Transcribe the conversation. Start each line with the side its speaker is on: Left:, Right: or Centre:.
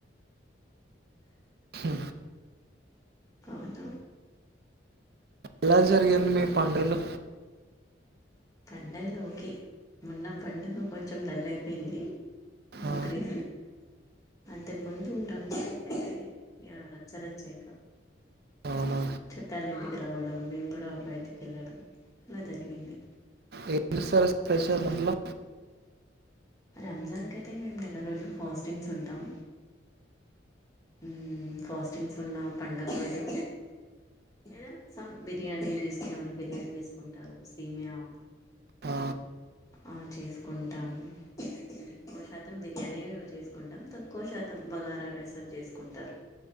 Right: హ్
Left: అవునా
Right: ఎలా జరిగింది మీ పండగలు
Left: పండగలోకే మోన్న పండగ కొంచెం డల్ అయిపోయింది బక్రీదు
Right: ఆ,
Left: అంతకుముందు రంజాన్ అయితే ఇగ రచ్చ రచ్చే ఇక
Right: అవునా
Left: చట్టాలు ఇంటికి రావడం మేము కూడా బయటికి వెళ్ళడం అలా జరిగింది
Right: ఏం చేస్తారు స్పెషల్ ఇంట్లో
Left: రంజాన్కి అయితే మేము నెల రోజులు ఫాస్టింగ్స్ ఉంటాం ఉ ఫాస్టింగ్స్ ఉన్న పండగ రోజు ఏదైనా సం బిర్యానీ చేసుకునేవాళ్ళు బిర్యానీ చేసుకుంటారు సేమియా
Right: ఆ,
Left: ఆ చేసుకుంటాం ఎక్కువ శాతం బిర్యానీ ఏ చేసుకుంటాం తక్కువ శాతం బగారా రైస్ తన్ చేసుకుంటారు